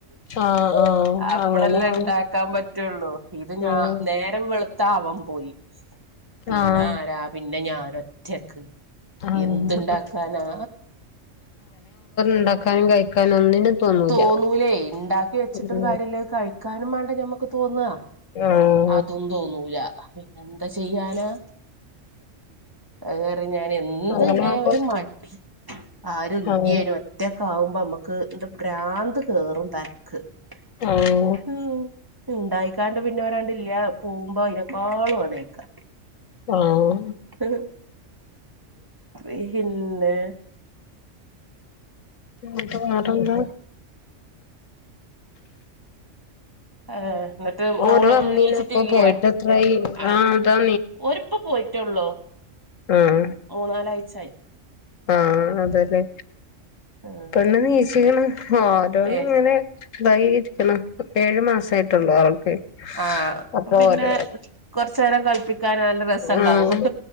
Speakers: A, on the left; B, on the right.
A: ആഹ്
B: അപ്പളെല്ലാം
A: ആഹ് അങ്ങനെയാണ്
B: ഉണ്ടാക്കാൻ പറ്റുള്ളൂ ഇത്
A: ഉം
B: ഞാ നേരം വെളുത്താ അവൻ പോയി പിന്നെ
A: ആഹ്
B: ആരാ പിന്നെ ഞാനൊറ്റക്ക്
A: ആഹ്
B: എന്ത് ഇണ്ടാക്കാനാ
A: ഇണ്ടാക്കാനും കഴിക്കാനും ഒന്നിനും തോന്നൂല
B: തോന്നൂലേ ഇണ്ടാക്കി വെച്ചിട്ടും
A: ഉം
B: കാര്യോം ഇല്ല കഴിക്കാനും വേണ്ടേ ഞമ്മക്ക് തോന്നുവാ
A: ആഹാ
B: അതും തോന്നൂല പിന്നെ എന്താ ചെയ്യാനാ അത് കാരണം ഞാൻ എന്ത്
A: അങ്ങനെ
B: ഇണ്ടായ
A: ആവുമ്പോ
B: ഒരു മടി ആരും ഇല്ലിയേനും
A: ആഹ്
B: ഒറ്റാക്കവുമ്പോ നമ്മക്ക് എന്ത് ഭ്രാന്ത് കേറും തലക്ക് <inaudible>
A: ആഹ്
B: ഹുംമ്മ് ഉണ്ടായിക്കാണ്ട് പിന്നെ ഒരാണ്ട് ഇല്ല പോകുമ്പോ അതിനെക്കാളും ഇതായ്ക്കാ
A: ആഹാ
B: <inaudible> പി ഹിന്നെ
A: എന്താ വേറെന്താ
B: ഏ എന്നിട്ട് മോള്
A: ഓര് വന്നീനു
B: നീച്ചിട്ടില്ലയേ
A: ഇപ്പൊ പോയിട്ട് എത്രായി
B: ആ
A: ആഹ് ഇതാ
B: ഓര്പ്പ പോയിട്ടേ ഒള്ളൂ
A: ഉം
B: മൂന്നാലാഴ്ച ആയി
A: ആഹ അതെല്ലേ
B: ആഹ്
A: പെണ്ണ് നീച്‌ക്ക്ണ് ഒരോന്ന്
B: ഏഹ്
A: ഇങ്ങനെ വൈകിരിക്കണ് ഏഴു മാസ ആയിട്ടുള്ളൂ അവൾക്ക്
B: ആഹ
A: അപ്പൊ
B: പിന്നെ
A: ഓരോ
B: കൊറച്ചു നേരം കളിപ്പിക്കാന് നല്ല രസം ഉണ്ടാവും
A: ആഹ്